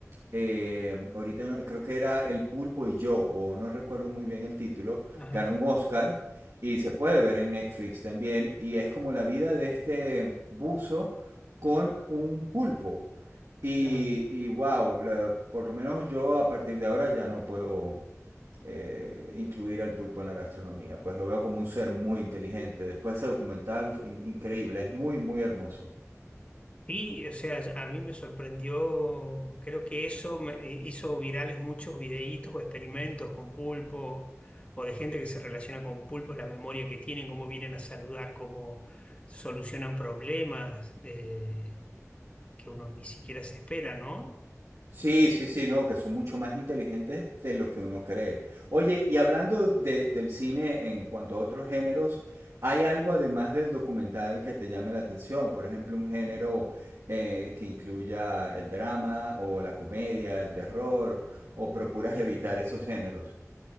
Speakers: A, on the right (about 65°); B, on the left (about 20°).
A: eh, ahorita no- creo que era El pulpo y yo, o no recuerdo muy bien el título,
B: Ajá,
A: ganó un Oscar y se puede ver en Netflix también, y es como la vida de este buzo con un pulpo. Y,
B: ajá.
A: y wow, la- por lo menos yo a partir de ahora ya no puedo eh, incluir al pulpo en la gastronomía. Pues lo veo como un ser muy inteligente. Después ese documental, fue in- increíble, es muy, muy hermoso.
B: Y, o sea, a mí me sorprendió, creo que eso me hizo virales muchos videitos o experimentos con pulpo o de gente que se relaciona con pulpos, la memoria que tienen, cómo vienen a saludar, cómo solucionan problemas eh, que uno ni siquiera se espera, ¿no?
A: Sí, sí, sí, no, que son mucho más inteligentes de lo que uno cree. Oye, y hablando de- del cine en cuanto a otros géneros, ¿hay algo además del documental que te llame la atención? Por ejemplo, un género eh, que incluya el drama o la comedia, el terror, o procuras evitar
B: Em,
A: esos géneros.